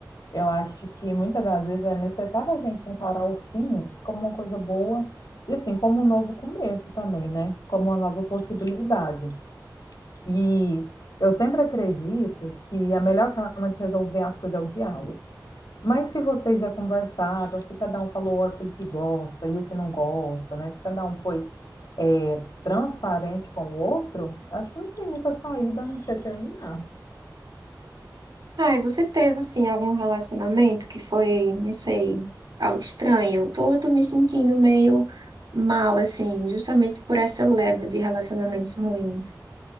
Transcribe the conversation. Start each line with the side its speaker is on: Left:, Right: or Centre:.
Left: Eu acho que muitas das vezes é necessário a gente encarar o fim como uma coisa boa e, assim, como um novo começo também, né? Como uma nova possibilidade. E eu sempre acredito que a melhor forma de resolver as coisas é o diálogo. Mas se vocês já conversaram, se cada um falou aquilo que gosta e o que não gosta, né? Se cada um foi, é, transparente com o outro, acho que não tem muita saída a não ser terminar.
Right: Ai, você teve assim algum relacionamento que foi, não sei, algo estranho? Eu tô, eu tô me sentindo meio mal assim, justamente por essa leva de relacionamentos ruins.